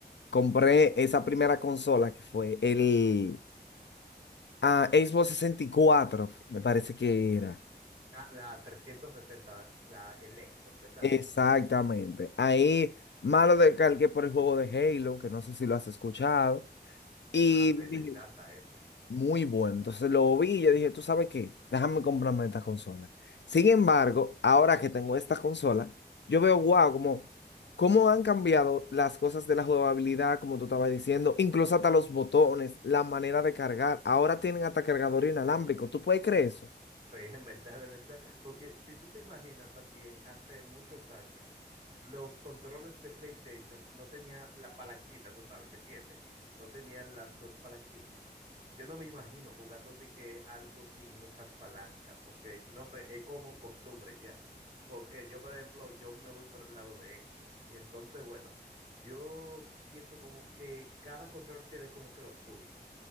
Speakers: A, on the left; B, on the right.
A: compré esa primera consola que fue el ah, Xbox sesenta y cuatro, me parece que era.
B: Ah, la 360 la, el Xbox, ¿verdad?
A: Exactamente. Ahí malo descargué por el juego de Halo, que no sé si lo has escuchado. Y
B: Ah, sí,
A: dije,
B: me encanta ese.
A: Muy bueno. Entonces lo vi y yo dije, ¿tú sabes qué? Déjame comprarme esta consola. Sin embargo, ahora que tengo esta consola, yo veo, wow, como cómo han cambiado las cosas de la jugabilidad, como tú estabas diciendo, incluso hasta los botones, la manera de cargar. Ahora tienen hasta cargador inalámbrico. ¿Tú puedes creer eso?
B: Sí, <laughs> en verdad, de verdad. Porque si tú te imaginas también, hace muchos años, los controles de PlayStation no tenían la palanquita, tú sabes que tiene. No tenían las dos palanquitas. Yo no me imagino jugándote que algo sin esas palancas, porque no sé, es como costumbre ya. Porque yo, por ejemplo, yo me voy por el lado de Xbox. Entonces, bueno, yo siento como que cada control tiene como que lo suyo